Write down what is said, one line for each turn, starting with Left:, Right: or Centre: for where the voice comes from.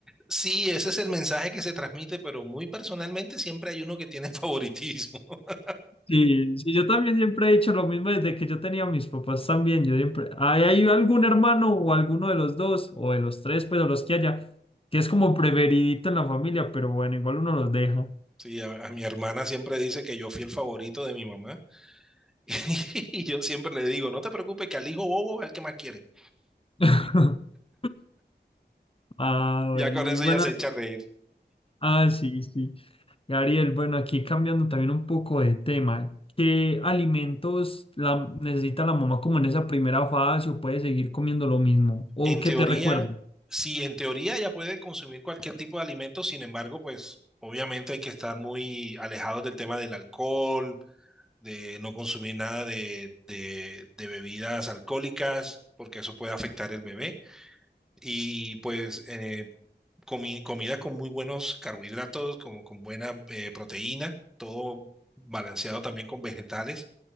Centre: Sí, ese es el mensaje que se transmite, pero muy personalmente siempre hay uno que tiene favoritismo. <laughs>
Left: Sí, sí, yo también siempre he dicho lo mismo desde que yo tenía a mis papás también. Yo siempre, hay, hay algún hermano o alguno de los dos, o de los tres, pues, o los que haya, que es como preferidito en la familia, pero bueno, igual uno los deja.
Centre: Sí, a, a mi hermana siempre dice que yo fui el favorito de mi mamá <laughs> y yo siempre le digo, no te preocupes que al hijo bobo es el que más quieren.
Left: <laughs> Ah,
Centre: Ya
Left: bueno,
Centre: con
Left: muy
Centre: eso
Left: buena.
Centre: ya se echa a reír.
Left: Ah, sí, sí. Gabriel, bueno, aquí cambiando también un poco de tema. ¿Qué alimentos la, necesita la mamá como en esa primera fase o puede seguir comiendo lo mismo? ¿O
Centre: En
Left: qué
Centre: teoría,
Left: te recuerda?
Centre: sí, en teoría ya puede consumir cualquier tipo de alimento, sin embargo, pues obviamente hay que estar muy alejados del tema del alcohol, de no consumir nada de, de, de bebidas alcohólicas, porque eso puede afectar el bebé. Y pues eh, comi- comida con muy buenos carbohidratos, como con buena eh, proteína, todo balanceado también con vegetales.